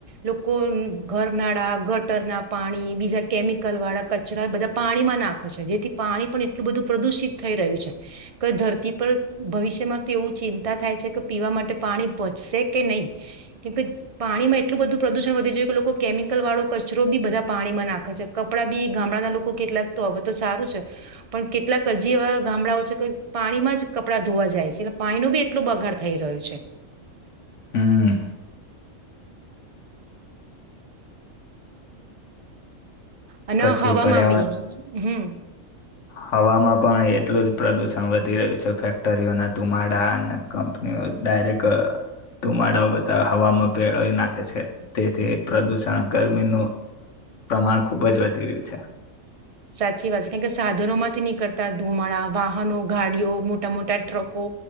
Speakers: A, on the right (about 50°); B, on the left (about 65°).
A: લોકો ઘરનાળા ગટરના પાણી બીજા કેમિકલ વાળા કચરા બધા પાણીમાં નાખે છે જેથી પાણી પણ એટલું બધું પ્રદુષિત થઈ રહ્યું છે કે ધરતી પર ભવિષ્યમાં તો એવું ચિંતા થાય છે કે પીવા માટે પાણી બચશે કે નહી કેમકે પાણીમાં એટલું બધું પ્રદુષણ વધી જોય કે લોકો કેમિકલ વાળો કચરો બી બધા પાણીમાં નાખે છે કપડાં બી ગામડાના લોકો કેટલાક તો હવે તો સારું છે પણ કેટલાક હજી એવા ગામડાઓ છે કે પાણીમાં જ કપડાં ધોવા જાય છે એટલે પાણીનો બી એટલો બગાડ થઈ રહ્યું છે
B: હમ
A: અને
B: પછી
A: હવામાં
B: પર્યાવરણ
A: બી હમ
B: હવામાં પણ એટલું જ પ્રદુષણ વધી રહ્યું છે ફેક્ટરીઓના ધુમાડા અને કંપનીઓ ડાયરેક્ટ ધુમાડાઓ બધા હવામાં પેળી નાખે છે તેથી પ્રદુષણ ગરમીનું પ્રમાણ ખૂબ જ વધી રહ્યું છે
A: સાચી વાત છે કેમ કે સાધનો માંથી નીકળતા ધુમાડા વાહનો ગાડીઓ મોટા મોટા ટ્રકો